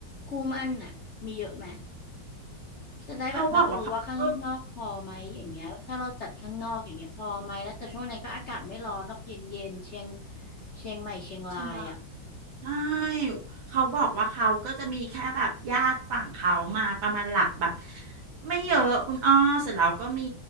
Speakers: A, on the left; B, on the right.
A: คู่หมั่นอ่ะมีเยอะไหมจะได้แบบมาดูว่าข้างนอกพอไหมอย่างเงี้ยถ้าเราจัดข้างนอกอย่างเงี้ยพอไหมแล้วแต่ช่วงนั้นก็อากาศไม่ร้อนนอกเย็นเย็นเชียง
B: เขาบอกว่าเขาก็
A: เชียงใหม่เชียงรายอ่ะ
B: เชียงรายใช่เขาบอกว่าเขาก็จะมีแค่แบบญาติฝั่งเขามาประมาณหลักแบบไม่เยอะคุณอ้อเสร็จแล้วก็มี